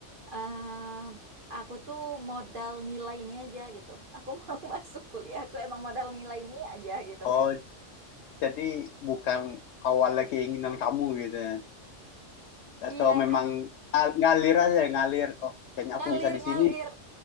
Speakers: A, on the right; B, on the left.
A: Em, aku tuh modal nilai ini aja gitu. Aku <laughs> mau masuk kuliah tuh emang modal nilai ini aja gitu.
B: Oh, jadi bukan awalnya keinginan kamu gitu ya?
A: Iya,
B: Atau memang al- ngalir aja ngalir. Oh, kayaknya
A: ngalir
B: aku bisa di
A: ngalir.
B: sini.